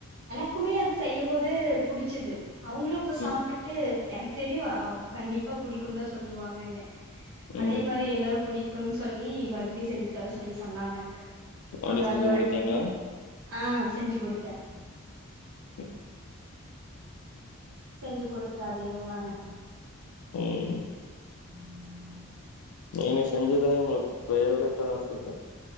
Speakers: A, on the right; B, on the left.
A: க்குமே அது செய்யமோது புடிச்சுது அவுங்களு இப்ப சாப்டுட்டு
B: ம்
A: எனக்கு தெரியு அ கண்டிப்பா புடிக்கும் தா சொல்லுவாங்கன்னு அதே
B: ம்
A: மாரி எல்லாரும் புடி க்குனு சொல்லி மறுபடியு செஞ்சு தர சொல்லி சொன்னாங்க அப்பறம்
B: அப்டி செஞ்சு
A: அது ஒரு
B: குடுத்தீங்களா
A: டைம் ஆ செஞ்சி குடுத்தேன்.
B: ம்
A: செஞ்சு குடுத்த அதையு நானு
B: ம்
A: ம்-ம்
B: நீங்க செய்யறதுல உங்களுக்கு ஃபேவ்ரட் பேராசுட்டு